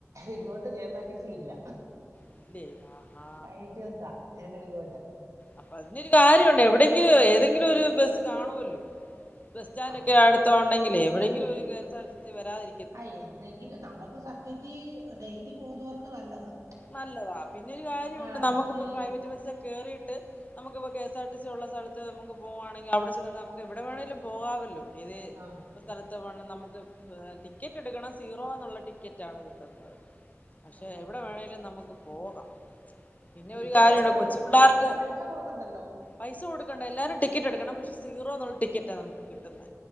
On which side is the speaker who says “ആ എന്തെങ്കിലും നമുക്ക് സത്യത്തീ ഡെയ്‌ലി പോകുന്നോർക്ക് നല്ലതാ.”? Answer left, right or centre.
Right